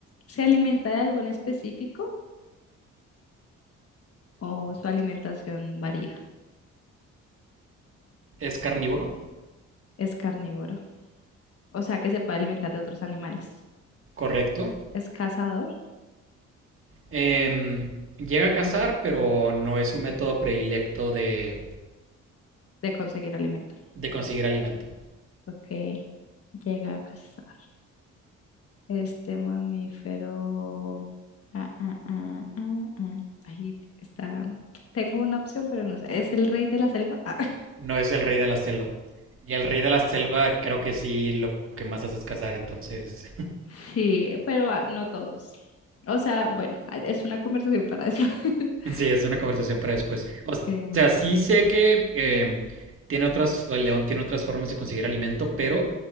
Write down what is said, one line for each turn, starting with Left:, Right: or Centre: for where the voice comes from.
Left: ¿se alimenta de algún específico o su alimentación varía?
Right: es carnívoro
Left: Es carnívoro. O sea que se puede alimentar de otros animales.
Right: Correcto.
Left: Es cazador.
Right: Em, llega a cazar, pero no es su método predilecto de,
Left: de conseguir alimento.
Right: de conseguir alimento.
Left: Ok, llega a cazar. Este mamífero. Ah, ah, ah, ah, ah. Ahí está. Tengo una opción, pero no sé. ¿Es el rey de la selva? Ah,
Right: No es el rey de la selva. Y el rey de la selva creo que sí lo que más hace es cazar, entonces
Left: <laughs> sí, pero ah, no todos. O sea, bueno, ah, es una conversación para eso. <laughs>
Right: <laughs> sí, es una conversación para después. O
Left: Em,
Right: sea, sí sé que em, tiene otras, o el león tiene otras formas de conseguir alimento, pero